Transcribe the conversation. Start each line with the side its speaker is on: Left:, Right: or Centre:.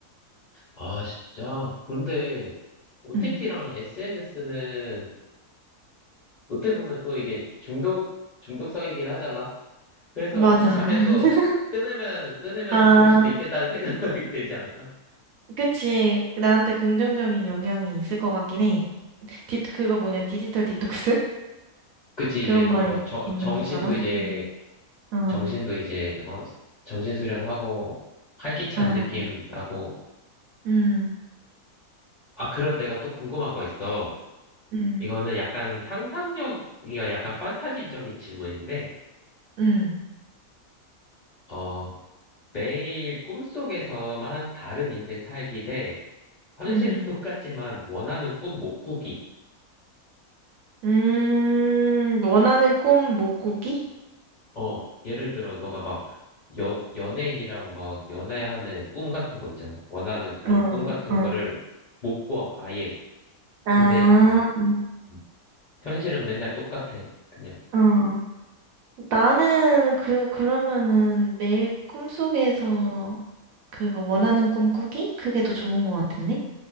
Left: 아, 진짜? 그런데 OTT랑
Right: 응,
Left: SNS는 어떻게 보면 또 이게 중독, 중독성이긴 하잖아. 그래서
Right: 맞아.
Left: 이참에 또
Right: <laughs>
Left: 끊으면, 끊으면
Right: 아,
Left: 좋을 수도 있겠다는 생각이 <laughs> 들지 않을까?
Right: 그치. 나한테 긍정적인 영향이 있을 것 같긴 해. 디, 그거 뭐냐, 디지털 디톡스? <laughs>
Left: 그치,
Right: 그런
Left: 이제 또
Right: 말이
Left: 막 저-
Right: 있는
Left: 정신도
Right: 것처럼?
Left: 이제,
Right: 응. 어,
Left: 정신도 이제, 어, 정신 수련하고 활기찬
Right: 아,
Left: 느낌 나고.
Right: 음,
Left: 아, 그럼 내가 또 궁금한 거 있어.
Right: 음,
Left: 이거는 약간 상상력, 이거 약간 판타지적인 질문인데,
Right: 음,
Left: 어, 매일 꿈속에서만 다른 인생 살기 대 현실은
Right: 음.
Left: 똑같지만 원하는 꿈 못 꾸기.
Right: 음, 원하는 꿈 못 꾸기?
Left: 어, 예를 들어, 너가 막, 여, 연예인이랑 막, 연애하는 꿈 같은 거 있잖아. 원하는 그런
Right: 어,
Left: 꿈 같은
Right: 어.
Left: 거를 못 꿔, 아예.
Right: 아,
Left: 근데, 어, 음. 현실은 맨날 똑같아. 그냥,
Right: 어. 나는 그, 그러면은 매일 꿈속에서 그거 원하는 꿈 꾸기? 그게 더 좋은 것 같은데?